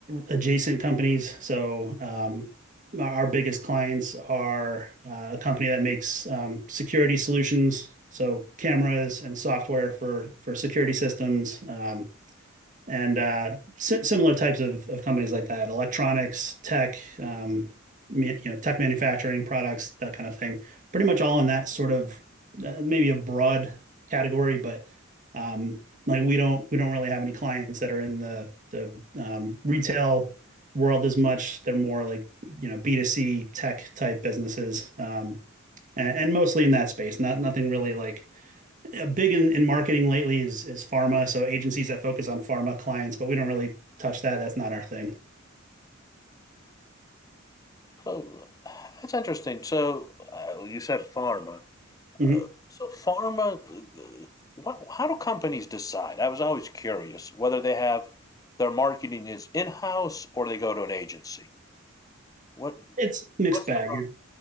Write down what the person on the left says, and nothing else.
Oh, that's interesting. So uh, you said pharma.
So pharma, uh, what, how do companies decide? I was always curious whether they have their marketing is in-house or they go to an agency. What
what's
the